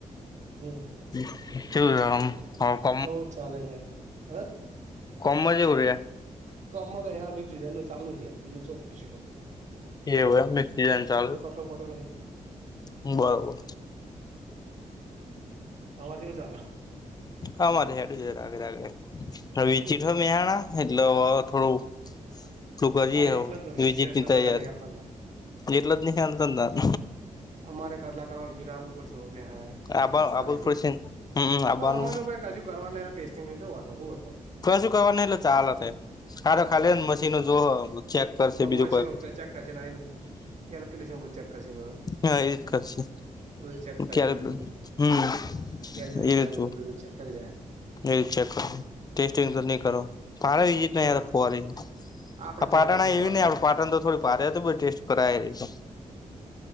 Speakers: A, on the right (about 60°); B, on the left (about 30°).
A: હમ.
B: <unintelligible>
A: હવ ચાલે જાય હ
B: કોમ જેવું રે
A: કમ તો યાર મિકસ જાય એ ચાલુ યાર બીજું ચો કશું કરીએ.
B: એવ મક્ જ ચાલ.
A: છો પટઈ જો.
B: બરોબર.
A: તમારું કેવું ચાલેહ
B: આમાંરે હેડું જ રાગે રાગે વિચીઠો
A: એવું
B: મહાણા એટલે થોડું. ું કરી
A: હા
B: હ
A: એટલે જ ન વિચીરે
B: વિજીની
A: એટલે
B: તૈયારી
A: રજા નહીં હાલતા તા
B: જેટલા નહ ખ્યા ત.
A: અમારે કટલા કર વિજ આવવું પડશે મમમે હણા.
B: આબા
A: એકવીસ તારીખે
B: આબુ પડશે હમ આવવાનું
A: તો અમાર તો કઈ કશું કરવા ટેસ્ટિંગ શું હતો.
B: ક શું કરવા ન એટલે ચાલલે થ ખારો
A: તાણ
B: ખાલી ને મશીનો જો. ચેક કરશે બીજું
A: મશીનો
B: કોઈ.
A: ચેક કરશે ને આઈને કેલ્ક્યુલેશન બધું ચેક કરશે બધું
B: હા એ રજ કરશે.
A: બધું ચેક કરશે
B: ક્યારે
A: બધું
B: હમ
A: કેલ્ક્યુલેશન
B: એ રીતું.
A: બધું ચેક કરી જાય
B: એ ચેક ટેસ્ટિંગ તો નહી કરો ભડીતયાર
A: હવ
B: ફરી.
A: આપડે
B: આ પાટણ
A: જરીક બેહવાનું
B: એવી નહી
A: છે
B: આપડે પાટણ તો થોડી પારે હત ટેસ્ટ કરાયેલી છે.